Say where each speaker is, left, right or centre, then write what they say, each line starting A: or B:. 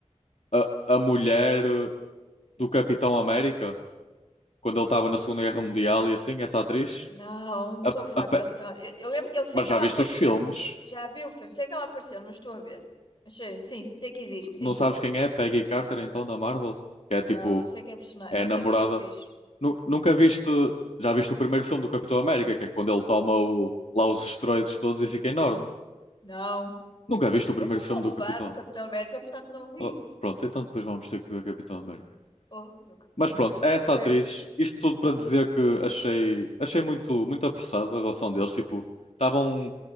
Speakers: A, on the left; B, on the left.
A: a, a mulher do Capitão América quando ele estava na Segunda Guerra Mundial e assim, essa atriz?
B: Não, não
A: A-
B: sou fã
A: a Pe-
B: de Capitão. Eu, eu lembro, eu sei
A: mas
B: que
A: já
B: ela
A: viste
B: apareceu.
A: os filmes?
B: Já vi o filme, sei que ela apareceu, não estou a ver. Mas sei, sim, sei que existe,
A: Não
B: sim.
A: sabes quem é? Peggy Carter então da Marvel? Que
B: Não,
A: é tipo,
B: não sei quem é personagem,
A: é
B: não
A: a namorada,
B: sei quem é a atriz.
A: Nu- Nunca viste. Já viste o primeiro filme do Capitão América, que é quando ele toma o- lá os esteroides todos e fica enorme.
B: Não,
A: Nunca viste o
B: eu
A: primeiro
B: não sou
A: filme
B: fã
A: do Capitão.
B: do Capitão América, portanto não vi.
A: Oh, pronto, então depois vamos ter que ver Capitão América.
B: Oh, meu Capitão
A: Mas pronto,
B: América.
A: é essa
B: Quero.
A: atriz. Isto tudo para dizer que achei, achei muito, muito apressado a relação deles. Tipo, estavam